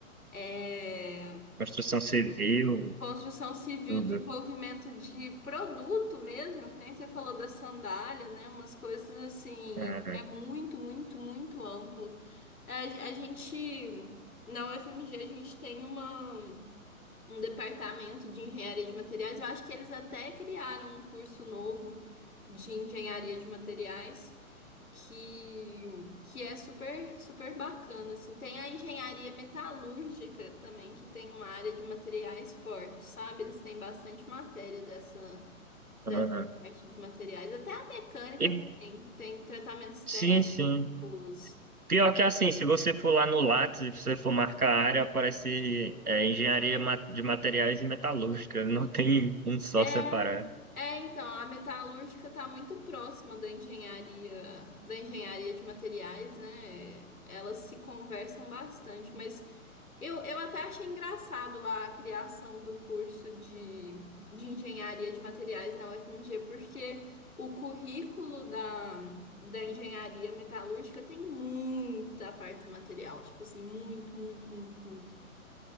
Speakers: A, on the left (about 75°); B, on the right (about 85°).
A: É...
B: Construção civil,
A: Construção civil,
B: tudo.
A: desenvolvimento de produto mesmo, que nem você falou da sandália, né? Umas coisas assim,
B: Aham,
A: é muito, muito, muito amplo. É, a a gente, na UFMG, a gente tem uma, um departamento de engenharia de materiais. Eu acho que eles até criaram um curso novo de engenharia de materiais que, que é super, super bacana, assim. Tem a engenharia metalúrgica também, que tem uma área de materiais forte, sabe? Eles têm bastante matéria dessa, dessa
B: aham.
A: parte de materiais. Até a mecânica
B: E,
A: também. Tem tratamentos térmicos.
B: sim, sim. Pior que assim, se você for lá no Lattes, se você for marcar a área, aparece é, engenharia ma- de materiais e metalúrgica, não <laughs> tem um só
A: É,
B: separado.
A: é, então, a metalúrgica está muito próxima da engenharia, da engenharia de materiais, né? Elas se conversam bastante, mas Eu, eu até achei engraçado a criação do curso de, de engenharia de materiais na UFMG, porque o currículo da, da engenharia metalúrgica tem muita parte material, tipo assim, muito, muito, muito, muito.